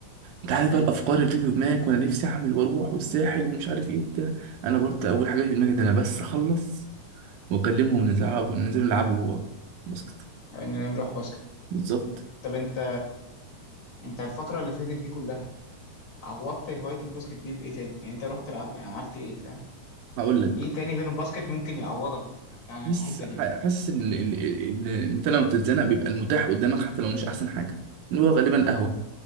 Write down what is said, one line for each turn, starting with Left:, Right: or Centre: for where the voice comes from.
Right: انت عارف
Left: حلو
Right: بقى الافكار اللي بتيجي في دماغك وانا نفسي اعمل واروح والساحل ومش عارف ايه وبتاع انا برضه اول حاجه في دماغي ده انا بس اخلص واكلمهم ونلعب ننزل نلعبوا باسكت
Left: اننا نروح باسكت
Right: بالظبط
Left: طب انت انت الفترة اللي فاتت دي كلها عوضت هواية الباسكت دي بإيه تاني؟ يعني انت رحت لعب... يعني عملت ايه فاهم؟
Right: هقول لك
Left: ايه تاني غير الباسكت ممكن يعوضك عن
Right: بس
Left: الحتة دي؟
Right: حاسس ان إن- إن- إن انت لما بتتزنق بيبقى المتاح قدامك حتى لو مش احسن حاجه اللي هو غالبا القهوه